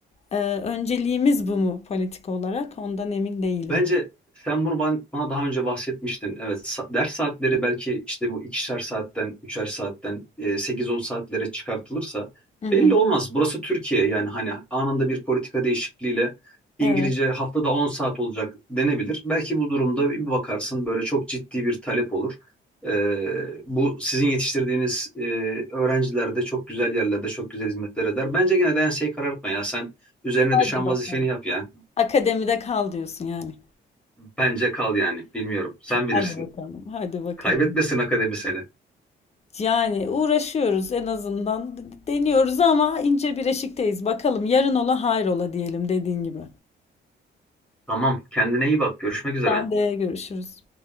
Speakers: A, on the left; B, in the centre.
A: e, önceliğimiz bu mu politik olarak ondan emin değilim.
B: Bence sen bunu ban- bana daha önce bahsetmiştin. Evet, sa- ders saatleri belki işte bu ikişer saatten, üçer saatten, e, 8-10 saatlere çıkartılırsa
A: Hı hı.
B: belli olmaz. Burası Türkiye yani hani anında bir politika değişikliğiyle İngilizce
A: Evet.
B: haftada 10 saat olacak denebilir. Belki bu durumda bir bakarsın böyle çok ciddi bir talep olur. E, bu sizin yetiştirdiğiniz e, öğrenciler de çok güzel yerlerde çok güzel hizmetler eder. Bence gene de enseyi karartma ya sen üzerine
A: Hadi
B: düşen
A: bakalım.
B: vazifeni yap ya.
A: Akademide kal diyorsun yani.
B: Bence kal yani. Bilmiyorum. Sen bilirsin.
A: Hadi bakalım. Hadi bakalım.
B: Kaybetmesin akademi seni.
A: Yani uğraşıyoruz en azından deniyoruz ama ince bir eşikteyiz. Bakalım yarın ola hayrola diyelim dediğin gibi.
B: Tamam. Kendine iyi bak. Görüşmek üzere.
A: Sen de görüşürüz.